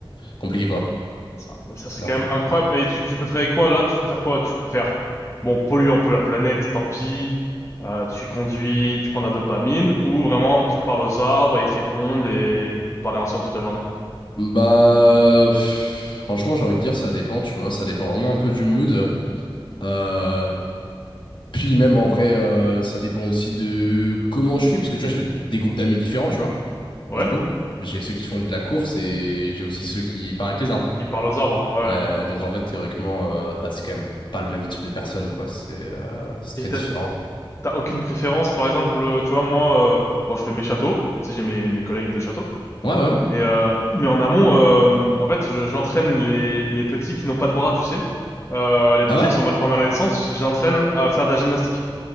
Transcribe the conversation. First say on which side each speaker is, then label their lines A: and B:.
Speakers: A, on the left; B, on the left.
A: compliqué quoi.
B: Ça, ça, c'est
A: C'est
B: quand
A: un peu
B: même
A: compliqué.
B: incroyable. Mais tu, tu préférais quoi là? Tu préfères quoi? Tu préfères, bon, polluer un peu la planète, tant pis. euh, tu conduis, tu prends de la dopamine, ou vraiment tu parles aux arbres et ils te répondent et, et vous parlez ensemble toute la journée.
A: Bah, pff, franchement, j'ai envie de dire, ça dépend, tu vois, ça dépend vraiment un peu du mood. Euh, puis même en vrai, euh, ça dépend aussi de comment je suis, parce que tu vois, j'ai des groupes d'amis différents, tu vois.
B: Ouais?
A: Du coup, j'ai ceux qui font de la course et j'ai aussi ceux qui parlent avec les arbres.
B: Qui parlent aux arbres, ouais,
A: Ouais,
B: ouais.
A: donc en fait, théoriquement, euh, bah, c'est quand même pas le même type de personne, quoi. C'est euh, c'est très
B: Et t'as,
A: différent.
B: t'as aucune préférence, par exemple, euh, tu vois, moi, euh, bon, je fais mes châteaux, tu sais, j'ai mes, mes collègues de château,
A: Ouais, ouais.
B: mais, euh, mais en amont, euh, en fait, je- j'entraîne les, les petits qui n'ont pas de bras, tu sais, euh, les petits
A: Ah ouais?
B: qui sont mal formés à la naissance, j'entraîne à faire de la gymnastique.